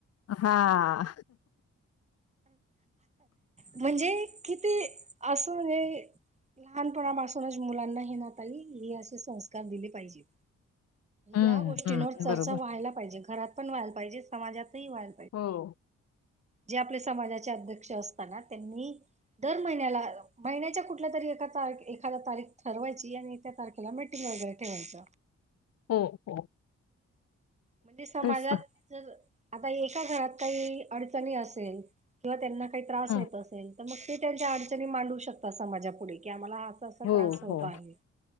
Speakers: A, on the left; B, on the right.
A: हां
B: म्हणजे किती अस हे. लहानपणापासूनच मुलांना हे ना ताई हे असे संस्कार दिले पाहिजे.
A: हम्म
B: या गोष्टींवर
A: हम्म
B: चर्चा
A: बरोबर
B: व्हायला पाहिजे घरात पण व्हायला पाहिजे समाजातही व्हाय
A: हो
B: जे आपले समाजाचे अध्यक्ष असतना त्यांनी दर महिन्याला महिन्याच्या कुठल्या तरी एका तारखेला एखादा तारीख ठरवायची आणि त्या तारखे त्याला मीटिंग वगैरे ठेवायच.
A: हो हो
B: म्हणजे समाजात
A: तेच तर
B: जर आता एका घरात काही अडचणी असेल किंवा त्यांना काही त्रास
A: हम्म
B: होत असेल तर मग ते त्यांच्या अडचणी मांडू शकतात समाजा पुुढे की आम्हाला असा
A: हो
B: त्रास होत
A: हो
B: आहे